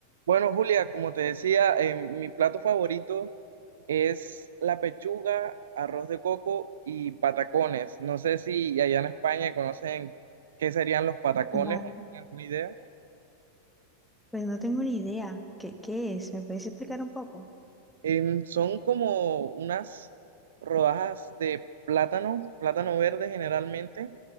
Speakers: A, on the right (about 65°); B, in the centre.
A: Bueno, Julia, como te decía, eh, mi plato favorito es la pechuga, arroz de coco y patacones. No sé si allá en España conocen qué serían los patacones
B: Vale,
A: o tienen alguna idea.
B: pues no tengo ni idea. ¿Qué, qué es? ¿Me puedes explicar un poco?
A: Em, son como unas rodajas de plátano, plátano verde generalmente.